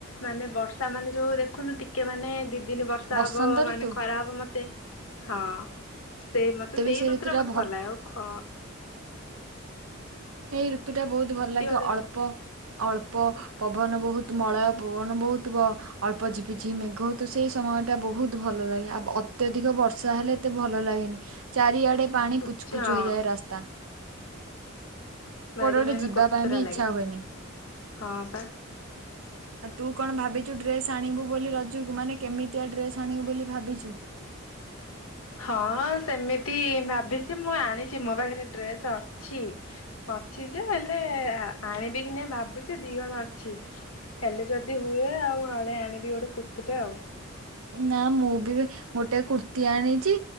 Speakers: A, on the left; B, on the right.
A: ମାନେ ବର୍ଷା ତାମାନେ ଯୋଉ ଦେଖୁନୁ ଟିକେ ମାନେ ଦି ଦିନ ବର୍ଷା
B: ବସନ୍ତ
A: ହବ ମାନେ
B: ଋତୁ
A: ଖରା ହବ ମତେ ହଁ। ସେ ମତେ
B: ବି
A: ସେଇ
B: ସେ
A: ଋତୁରେ
B: ଋତୁ ଟା
A: ମତେ ଭଲ ଲାଗେ। ଆ
B: ସେଇ ଋତୁ ଟା ବହୁତ ଭଲ ଲାଗେ
A: ଗୋଟେ
B: ଅଳ୍ପ ଅଳ୍ପ ପବନ ବହୁତ ମଳୟ ପବନ ବହୁତ ଅଳ୍ପ ଝିପିଝି ମେଘ ହଉ ତ ସେଇ ସମୟ। ସମଟା ବହୁତ ଭଲ ଲାଗେ ଆଉ ଅତ୍ୟଧିକ ବର୍ଷା ହେଲେ ଏତେ ଭଲ ଲାଗେନି। ଚାରିଆଡେ ପାଣି
A: ଉଚ
B: ପୁଚୁପୁଚୁ
A: ହଁ।
B: ହେଇଯାଏ ରାସ୍ତା।
A: ବାରି
B: କୋଟେ ଗୋଟେ
A: ମାନେ
B: ଯିବା
A: କୋତରା
B: ପାଇଁ ବି
A: ଲାଗେ
B: ଇଚ୍ଛା ହୁଏନି।
A: ହଁ ବା
B: ଆଉ ତୁ କଣ ଭାବିଛୁ ଡ୍ରେସ ଆଣିବୁ ବୋଲି ରଜୁକୁ ମାନେ କେମିତିଆ ଡ୍ରେସ ଆଣିବୁ ବୋଲି ଭାବିଛୁ? ହ
A: ହଁ ସେମିତି ଭ ସେ ମୁଁ ଆଣିଛି ମୋ ପାଖରେ ଡ୍ରେସ୍ ଅଛି ଅଛି ଯେ ହେଲେ ଆଣିବି କି ନାଇଁ ଭାବୁଛି ଦିହଳ ଅଛି। ହେଲେ ଯଦି ହୁଏ ଆଉ ହଳେ ଆଣିବି ଗୋଟେ କୁର୍ତ୍ତୀ ଟା ଆଉ।
B: ନା ମୁଁ ବି ଗୋଟେ କୁର୍ତ୍ତି ଆଣିଛି